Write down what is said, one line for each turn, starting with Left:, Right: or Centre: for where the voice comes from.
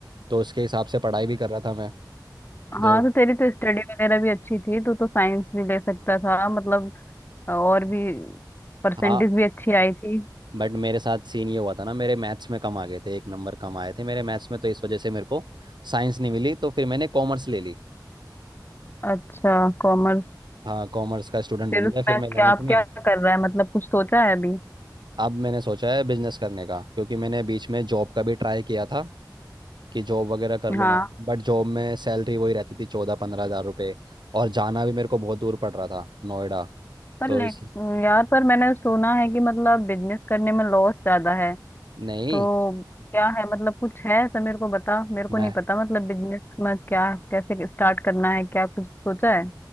Right: तो उसके हिसाब से पढ़ाई भी कर रहा था मैं तो
Left: हाँ तो तेरी तो स्टडी वगैरह भी अच्छी थी तू तो साइंस भी ले सकता था मतलब और भी परसेंटेज
Right: हाँ
Left: भी अच्छी आई थी
Right: बट मेरे साथ सीन ये हुआ था ना मेरे मैथ्स में कम आ गए थे एक नंबर कम आए थे मेरे मैथ्स में तो इस वजह से मेरे को साइंस नहीं मिली तो फिर मैंने कॉमर्स ले ली
Left: अच्छा कॉमर्स
Right: हाँ कॉमर्स का स्टूडेंट बन
Left: फिर उसमें
Right: गया फिर मैं 11th
Left: क्या आप
Right: में
Left: क्या कर रहा है मतलब कुछ सोचा है अभी
Right: अब मैंने सोचा है बिजनेस करने का क्योंकि मैंने बीच में जॉब का भी ट्राई किया था कि जॉब वगैरह कर लूंगा
Left: हाँ
Right: बट जॉब में सैलरी वही रहती थी चौदह पंद्रह हजार रुपये और जाना भी मेरे को बहुत दूर पड़ रहा था नोएडा
Left: पर
Right: तो
Left: ले
Right: इस
Left: यार पर मैंने सुना है कि मतलब बिजनेस करने में लॉस ज्यादा है
Right: नहीं
Left: तो क्या है मतलब कुछ है ऐसा मेरे को बता मेरे को
Right: मैं
Left: नहीं पता मतलब बिजनेस में क्या कैसे स्टार्ट करना है क्या कुछ सोचा है